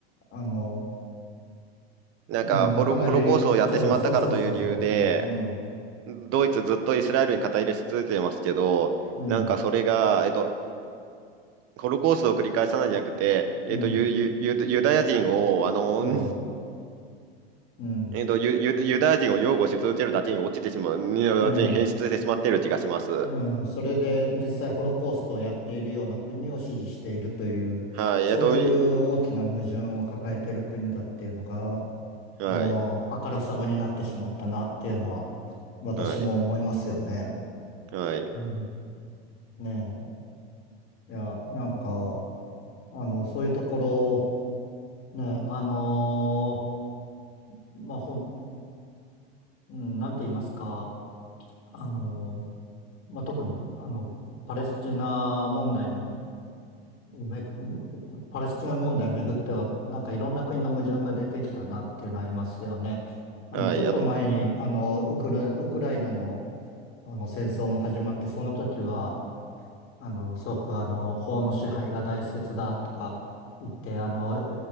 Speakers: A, on the left; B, on the right.
A: あの、
B: なんかホロ、
A: うん、かなり、
B: ホロコーストをやってしまったからという理由で、
A: ちょ、そうそうそうそうそう、うん、
B: ドイツずっとイスラエルに肩入れし続けてますけど、
A: うん、
B: なんかそれが、えっと、ホロコーストを繰り返さないんじゃなくて、えっと、
A: うん、
B: ユ、ユ、ユユダヤ人を、あの、
A: そ
B: <laughs>
A: う、うん、
B: えっと、ユ、ユユダヤ人を擁護し続けるだけに落ちてしまう、ユダヤ人に変質してしまっている気がします。
A: うん。うん、それで実際ホロコーストをやっているような国を支持しているという、
B: はい、
A: そういう大きな矛盾を抱えている国だっていうのが、
B: えっと、いはい、
A: もうあからさまになってしまったなっていうのは、私も思いますよね。
B: はい、はい、
A: うん。ねえ。いや、なんか、あの、そういうところ、ね、あのーまあ、ほん、うん、なんて言いますか、あのーまあ、特に、あの、パレスチナ問題にめ、パレスチナ問題をめぐっては、なんかいろんな国の矛盾が出てきたなっていうのありますよね。あの、
B: はい、
A: ちょっと前に、
B: あの、
A: あの、ウクラ、ウクライナの、あの戦争も始まって、その時は、あの、すごくあの、法の支配が大切だとか言って、あの、